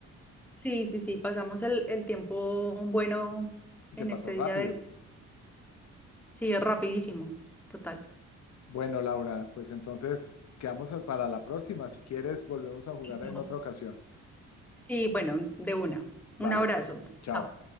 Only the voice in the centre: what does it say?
Sí, sí, sí, pasamos el, el tiempo bueno
en
este
día de... Sí, es rapidísimo, total.
No.
Sí, bueno, de una.
Un abrazo.
Chao.